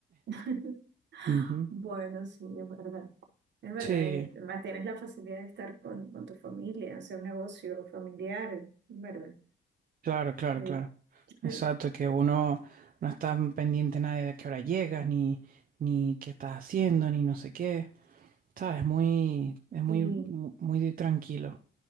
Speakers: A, on the right (about 65°); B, on the right (about 45°).
A: <laughs>
B: Ujú.
A: Bueno, sí, es verdad. Es verdad,
B: Sí,
A: y además tienes la facilidad de estar con, con tu familia, hacer un negocio familiar, es ¿verdad?
B: claro, claro,
A: Sí.
B: claro.
A: <laughs>
B: Exacto, que uno no está pendiente nadie de a qué hora llegas, ni, ni qué estás haciendo, ni no sé qué. Sabes, muy, es muy,
A: Sí.
B: muy tranquilo.